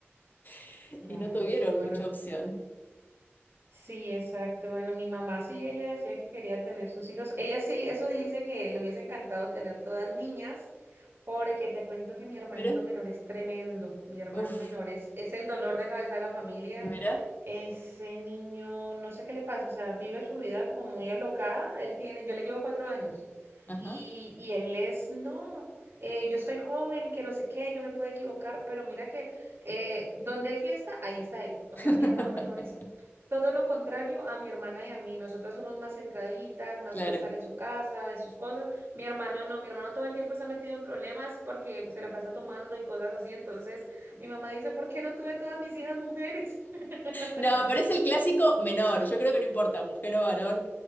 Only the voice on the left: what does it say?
<laughs>
y no tuvieron
mucha opción.
Mira,
uff,
mira,
ajá,
<laughs>
claro.
No, pero es el clásico menor. Yo creo que no importa, mujer o varón.